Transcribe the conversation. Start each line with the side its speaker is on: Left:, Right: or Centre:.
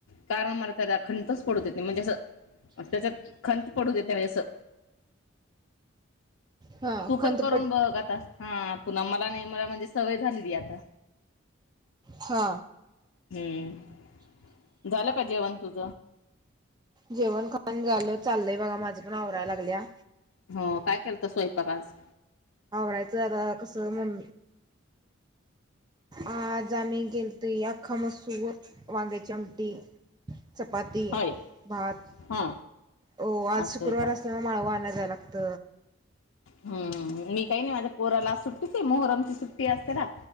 Left: कारण मला त्या अखंडच पडत येते म्हणजे असं त्याच खंड पडू देते म्हणजे जसं
Right: हा
Left: तू पण
Right: खंतपट
Left: करून बघ आता हा पुन्हा मला नाही मला म्हणजे सवय झालीली आता
Right: हा
Left: हम्म झालं का जेवण तुझ?
Right: जेवण खान झालं चाललय बघा माझ पण आवराय लागल्या
Left: हो काय केलता स्वयंपाक आज?
Right: आवरायचं आता कसं म्हण आज आम्ही केलत या आखा मसूर वांगयाची आमटी चपाती
Left: होय
Right: भात
Left: हा
Right: हो आज
Left: असं
Right: शुक्रवार
Left: आहे का
Right: असल्यामूळ माळव आणाय जाय लागत
Left: हम्म मी काही नाही माझ्या पोराला आज सुट्टीच मोहरमची सुट्टी असते ना